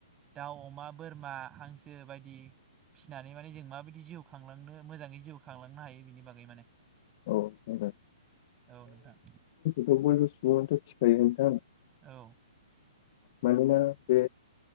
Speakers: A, on the right (about 20°); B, on the left (about 45°).
A: दाउ, अमा, बोरमा हांसो बायदि फिनानै माने जों माबायदि जिउ खांलांनो मोजाङै जिउ खांलांनो हायो बेनि बागै माने
B: औ बुं दे
A: औ नोंथां।
B: <inaudible>
A: औ
B: मानोना बे